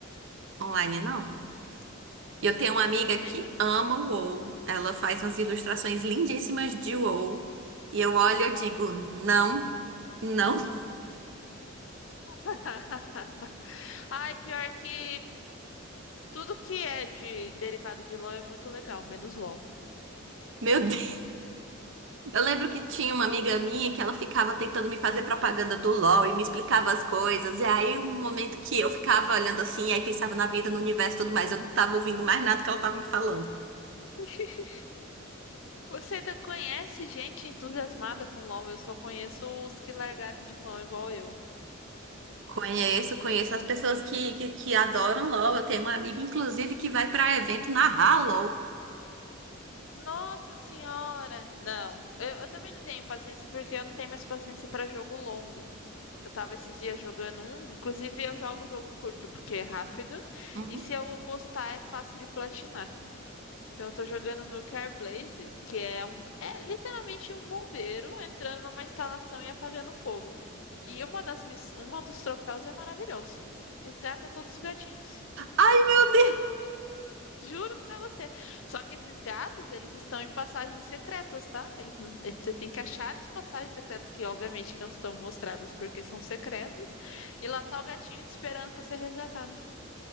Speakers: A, on the right; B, on the left.
A: Online não. E Eu tenho uma
B: Ai,
A: amiga
B: eu também
A: que
B: não.
A: ama o WoW. Ela faz umas ilustrações lindíssimas de WoW. E eu olho e eu digo, não, não. <laughs>
B: <laughs> Ai, pior que Tudo que é de derivado de LOL é muito legal, menos LOL.
A: Meu Deus. Eu lembro que tinha uma
B: Então,
A: amiga minha que ela ficava tentando me fazer propaganda do LoL e me explicava as coisas. E aí, um momento que eu ficava olhando assim, aí pensava na vida, no universo e tudo mais, eu não tava ouvindo mais nada que ela tava me falando.
B: <laughs> você ainda conhece gente entusiasmada com LOL? Eu só conheço os que largaram de mão, igual eu.
A: Conheço, conheço as pessoas que, que, que adoram LOL. Eu tenho uma amiga, inclusive, que vai pra evento narrar LOL.
B: Nossa senhora! Não, eu, eu também não tenho paciência porque eu não tenho mais paciência para jogo longo. Eu tava esses dias jogando um, inclusive eu jogo jogo curto porque é rápido
A: Uhum.
B: e se eu gostar é fácil de platinar. Então eu tô jogando no Carblaze, que é um é literalmente um bombeiro entrando numa instalação e apagando fogo. E uma das miss... uma dos troféus é maravilhoso. Resgata todos os gatinhos.
A: Ai, meu Deus!
B: Juro pra você. Só que esses gatos, eles estão em passagens secretas, tá? Eles não... eh, Você tem que achar as passagens secretas, que obviamente não estão mostradas porque são secretas. E lá tá o gatinho te esperando pra ser resgatado.